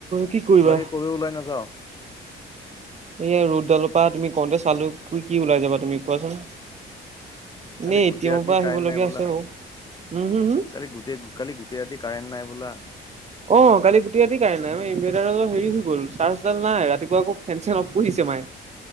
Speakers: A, on the right; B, on the left.
A: কি কৰিবা।
B: বাকী কলৈ ওলাই নাযাও
A: এয়া ৰুদডালৰ পৰা তুমি কওঁতে চালো কি ওলাই যাবা তুমি কোৱাচোন। এনেই
B: কালি
A: এ
B: গোটেই
A: টি এমৰ
B: ৰাতি‌‌
A: পৰা আহিবলগীয়া
B: কাইন নাই বোলা
A: আছে বাৰু উম হম হম
B: কালি গোটেই কালি গোটেই ৰাতি কাৰেণ্ট নাই বোলা
A: অ কালি গুটেই ৰাতি‌ কাইন নাই হেৰি হৈ গ'ল চাৰ্জডাল নাই ৰাতিপুৱা আকৌ ফেন চেন অফ কৰিছে মানে